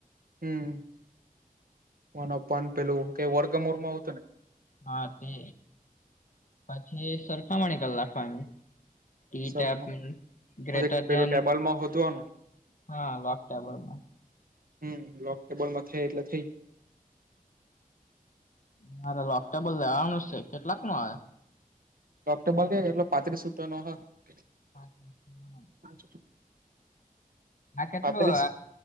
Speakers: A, on the right; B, on the left.
A: હમ્મ વન અપોન પેલું કઈ વર્ગમૂળ ઉતરે. <unintelligible> હતું ને
B: હા તે પછી સરખામણી કર નાખાવાની. ઈ-ટેબ
A: સરખમ
B: ગ્રેટર
A: પછી પેલું
B: ધેન.
A: ટેબલમાં હોદવાનું
B: હા લોક <unintelligible>
A: હમ લોક ટેબલમાં છે એટલે થઈ જાય.
B: મારે લોક ટેબલ લેવાનું છે. કેટલાક નું આવે?
A: લોક ટેબલ એટલે પાંત્રીસ રુપીયાનુ છે.
B: <inaudible>
A: આચ
B: આ કેટલું
A: પાંત્રીસ